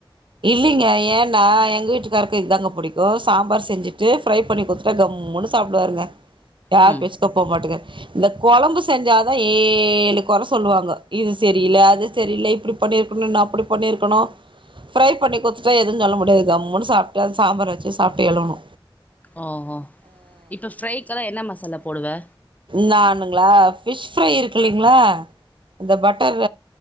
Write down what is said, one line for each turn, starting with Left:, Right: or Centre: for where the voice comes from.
Right: இல்லிங்க ஏன்னா எங்க வீட்டுக்காருக்கு இதுதாங்க புடிக்கு சாம்பார் செஞ்சுட்டு ஃப்ரை பண்ணி கொத் ட்டா கம்முன்னு சாப்புடுவாருங்க யார்ர
Left: ம்
Right: பேசுக்கு பே மாட்டேங்க இந்த கொழம்பு செஞ்சாதா ஏழு கொற சொல்லுவாங்க இது செரியில்ல அது செரியல இப்புடி பண்ணியிருக்கணு நா அப்புடி பண்ணியிருக்கணு ஃப்ரை பண்ணி குடுத்துட்டா எதுன் சொல்ல முடியாது கம்முன்னு சாப்ட்டு அது சாம்பார் வச்சு சாப்ட்டு எழுணு
Left: ஓ ஹோ இப்ப ஃப்ரைக்கெல்லா என்ன மசாலா போடுவே
Right: நானுங்ளா ஃபிஷ் ஃப்ரை இருக்குலி ங்களா இந்த பட்டர்